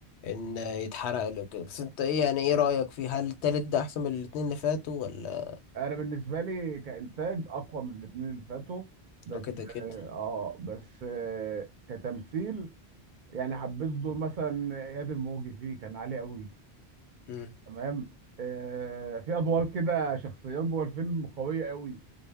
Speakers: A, on the left; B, on the right.
A: ان يتحرق له كده بس انت ايه يعني ايه رأيك فيه هل التالت ده احسن من الاتنين اللي فاتوا ولا
B: انا بالنسبه لي كانتاج اقوى من الاثنين اللي فاتوا بس
A: آه، كده كده
B: اه آه، بس آه كتمثيل يعني حبيت دور مثلا اياد الموجي فيه كان عالي قوي
A: امم
B: تمام آه في ادوار كده شخصيات جوه الفيلم قويه قوي